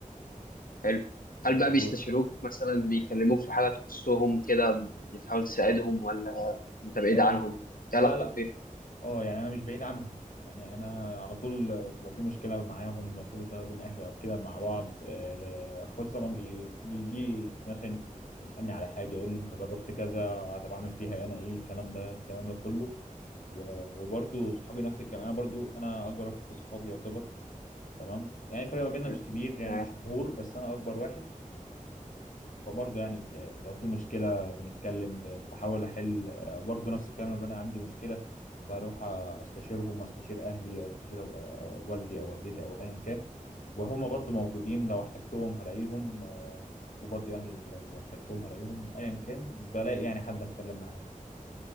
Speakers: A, on the left; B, on the left.
A: حلو هل
B: آه،
A: بقى
B: و...
A: بيستشيروك مثلا بيكلموك في حاجة تخصهم كده بتحاول تساعدهم ولا أنت بعيد
B: آه،
A: عنهم؟
B: لا
A: إيه علاقتك
B: لا
A: بيهم؟
B: اه يعني انا مش بعيد عنهم يعني انا على طول آه، لو في مشكله معاهم لو في مشكله بين اهلي او كده مع بعض آه، اخواتي طبعا بي... بيجي مثلا يسالني على حاجه يقول لي انت جربت كذا طب اعمل فيها انا ايه الكلام ده الكلام ده كله و- وبرضه صحابي نفس الكلام انا برضه انا اكبر واحد في صحابي يعتبر تمام يعني الفرق ما بيننا
A: حلو.
B: مش كبير يعني
A: تمام
B: شهور بس انا اكبر واحد فبرضه يعني آه، لو في مشكله بنتكلم ب- بحاول احل آه، برضه نفس الكلام لما انا عندي مشكله بروح آه، استشيرهم استشير اهلي استشير آه، والدي او والدتي او ايا كان وهما برضه موجودين لو احتجتهم هلاقيهم آه، وبرضه اهلي لو احتجتهم هلاقيهم ايا كان بلاقي يعني حد اتكلم معاه